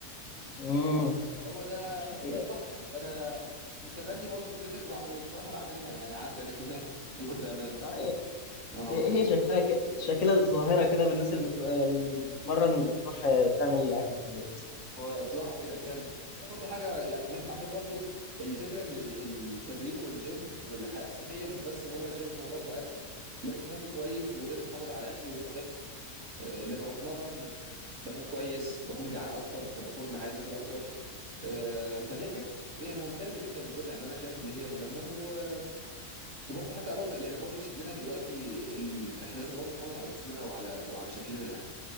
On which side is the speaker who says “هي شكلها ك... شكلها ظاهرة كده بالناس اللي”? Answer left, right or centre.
Left